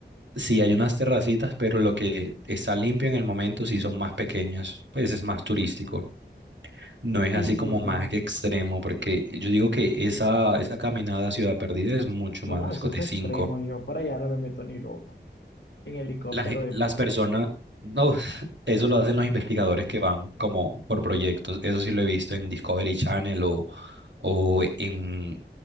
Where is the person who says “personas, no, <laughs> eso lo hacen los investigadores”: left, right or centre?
Right